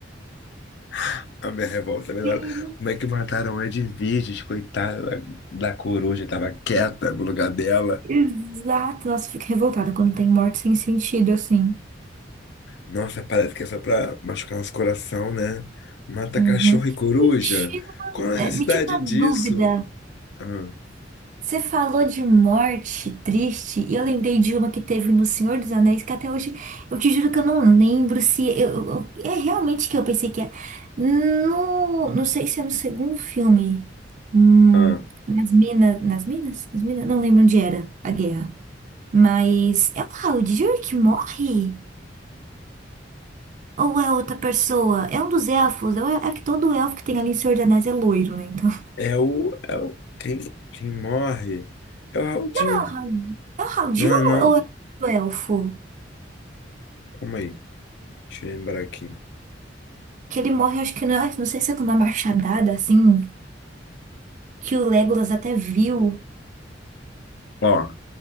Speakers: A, on the left; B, on the right.
A: <laughs> A minha revolta, né?
B: Sim,
A: Como é que mataram Edviges, coitada da, da coruja, tava quieta no lugar dela.
B: exato. Nossa, eu fico revoltada quando tem morte sem sentido, assim.
A: Nossa, parece que é só pra machucar nosso coração, né? Mata
B: Uhum.
A: cachorro e coruja?
B: Me tira,
A: Qual
B: uma-
A: a necessidade
B: é, me tira uma
A: disso?
B: dúvida.
A: Ah,
B: Você falou de morte triste, e eu lembrei de uma que teve no Senhor dos Anéis, que até hoje eu te juro que eu não lembro se. Eu, eu- é realmente que eu pensei que é. No, não sei se é no segundo filme. Hum,
A: ah.
B: nas minas. Nas minas? Nas minas? Não lembro onde era a guerra. Mas é o Haldir que morre? Ou é outra pessoa? É um dos elfos. É, o- é que todo elfo que tem ali em Senhor dos Anéis é loiro, né? Então. <laughs>
A: É o, é o, quem, quem morre é o Raul Dias,
B: é o Haldir. É o Haldir
A: não
B: ou
A: é não?
B: ou é o elfo?
A: Calma aí, deixa eu lembrar aqui.
B: Que ele morre, acho que não, não sei se é com uma machadada, assim, que o Legolas até viu
A: Ó.